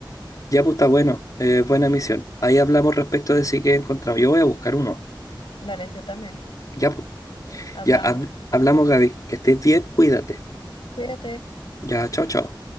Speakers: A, on the left; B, on the left.
A: ya pues está bueno, eh, buena misión. Ahí hablamos respecto de si que he encontrado. Yo voy a buscar uno.
B: Dale, yo también.
A: Ya pues,
B: Hablamos.
A: ya hab- hablamos, Gaby, que estés bien, cuídate.
B: Cuídate.
A: Ya, chao, chao.